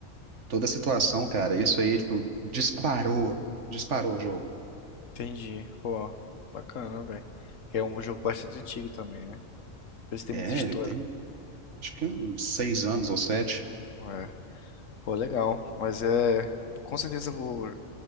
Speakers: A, on the right; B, on the left.
A: toda a situação, cara, isso aí, tipo, disparou, disparou o jogo.
B: entendi. Pô, bacana, velho. Que é um jogo bastante antigo também, né? Por isso tem
A: É,
B: muita história.
A: ele tem, acho que uns seis anos ou sete.
B: É. Pô, legal. Mas é. Com certeza eu vou. eu